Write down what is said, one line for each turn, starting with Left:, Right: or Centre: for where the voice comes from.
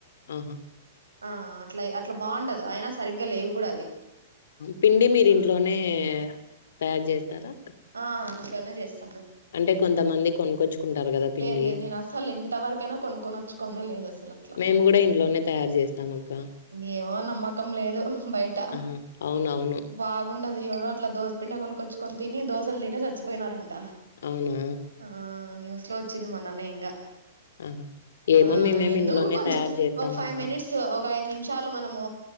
Left: ఊహూ
Right: ఆ అట్లా అట్లా బాగుండదు అయినా సరిగ్గా లేవి కూడా అవి
Left: పిండి మీరి
Right: ఆ
Left: ఇంట్లోనే తయారు చేస్తారా
Right: ఆ ఇంట్లోనే చేస్తా
Left: అంటే కొంతమంది కు కొనుకోచ్చుకుంటారు కదా పిండి
Right: లేదు లేదు నేను అసలు ఇంతవరకైనా కొనుక్కొని వచ్చుకునే లేదు అసలు అట్లా
Left: మేము కూడా ఇంట్లోనే తయారు చేస్తాం అక్క
Right: ఏమో నమ్మకం లేదు బయట
Left: ఆహా అవునవును
Right: బాగుండదు ఎవరో అట్లా దోసపిండి కొనుక్కొచ్చుకొని తిని దోసలు తిని సచ్చిపోయినారంట
Left: అవునూ
Right: ఆ న్యూస్ లో వచ్చింది మాన్నన్నే ఇంకా
Left: ఆహా! ఏమో
Right: ఆ
Left: మేమేమి
Right: ఎందుకు
Left: ఇంట్లోనే
Right: కొంచెం
Left: తయారు జేస్తామక్క.
Right: ఒక ఫైవ్ మినిట్స్ ఒక ఐదు నిమిషాలు మనము